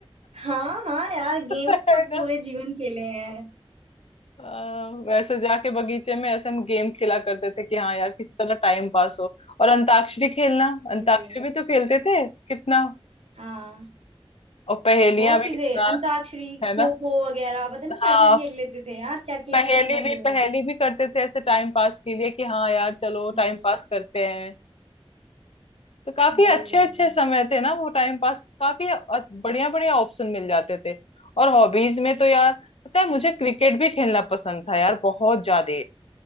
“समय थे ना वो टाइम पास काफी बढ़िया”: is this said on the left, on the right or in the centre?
Left